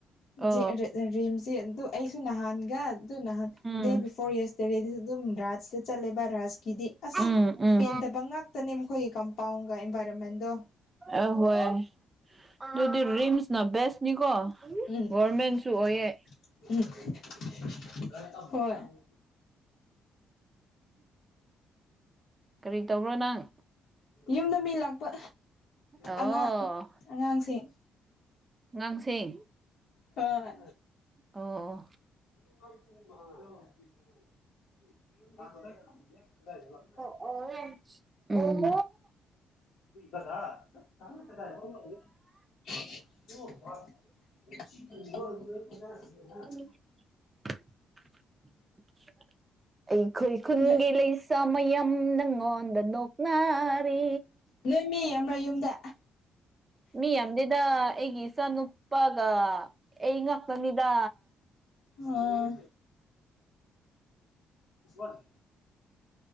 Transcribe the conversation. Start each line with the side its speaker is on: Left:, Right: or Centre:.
Left: <unintelligible>
Right: ꯑ
Left: ꯔꯦꯝꯖꯦ ꯑꯗꯨ ꯑꯩꯁꯨ ꯅꯍꯥꯟꯒ ꯑꯗꯨ ꯅꯍꯥꯟ
Right: ꯎꯝ
Left: ꯗꯦ ꯕꯤꯐꯣꯔ ꯌ꯭ꯁ <unintelligible> ꯑꯗꯨꯝ ꯔꯥꯖꯇ ꯆꯠꯂꯦꯕ ꯔꯥꯖꯀꯤꯗꯤ ꯑꯁ
Right: ꯎꯝ ꯎꯝ
Left: ꯄꯦꯟꯗꯕ ꯉꯥꯛꯇꯅꯦ ꯃꯈꯣꯏꯒꯤ ꯀꯝꯄꯥꯎꯟꯒ ꯑꯦꯟꯚꯥꯏꯔꯣꯟꯃꯦꯟꯗꯣ
Right: ꯑꯍꯣꯏ ꯑꯗꯨꯗꯤ ꯔꯤꯝꯁꯅ ꯕꯦꯁꯅꯤꯀꯣ
Left: ꯎꯝ
Right: ꯒꯣꯔꯃꯦꯟꯁꯨ ꯑꯣꯏꯌꯦ
Left: ꯎꯝ ꯍꯣꯏ
Right: ꯀꯔꯤ ꯇꯧꯕ꯭ꯔꯣ ꯅꯪ
Left: ꯌꯨꯝꯗ ꯃꯤ ꯂꯥꯛꯄ
Right: ꯑꯣ
Left: ꯑꯉꯥꯡ ꯑꯉꯥꯡꯁꯤꯡ
Right: ꯑꯉꯥꯡꯁꯤꯡ
Left: ꯍꯣꯏ
Right: ꯑꯣ
Left: <unintelligible>
Right: <unintelligible> ꯎꯝ
Left: <unintelligible> <unintelligible>
Right: <inaudible> ꯑꯩꯈꯣꯏ ꯈꯨꯟꯒꯤ
Left: ꯅꯣꯏ
Right: ꯂꯩꯁꯥ ꯃꯌꯥꯝ ꯅꯪꯉꯣꯟꯗ ꯅꯣꯛꯅꯔꯤ
Left: ꯅꯣꯏ ꯃꯤ ꯌꯥꯝꯕꯥ꯭ꯔ ꯌꯨꯝꯗ
Right: ꯃꯤ ꯌꯥꯝꯗꯦꯗ ꯑꯩꯒꯤ ꯏꯆꯥ ꯅꯨꯄꯥꯒ ꯑꯩ ꯉꯥꯛꯇꯅꯤꯗ
Left: ꯑꯣ <unintelligible>